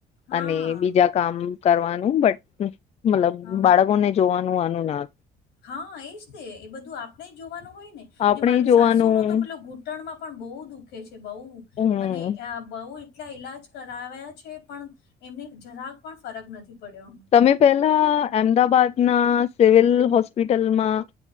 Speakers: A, on the left (about 85°); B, on the left (about 40°).
A: હા
B: અને બીજા કામ કરવાનું બટ મતલબ
A: હા
B: બાળક. ને જોવાનું અનુ ના.
A: હા એજ એ બધું આપણે જોવાનું હોય ને
B: આપણે
A: ને મારી
B: જોવાનું
A: સાસુ નો તો પેલોુટ. ચૂટણમાં પણ બહુ દુઃખે છે બહુ
B: હમ
A: મને બહ. એટલા ઈલાજ કરા્યા છે પણ એમને જરાક પણ ફરક નથી પડ્યો.
B: તમે પહેલા અમદાબાદના સિવિલ હોસ્પિટલમાં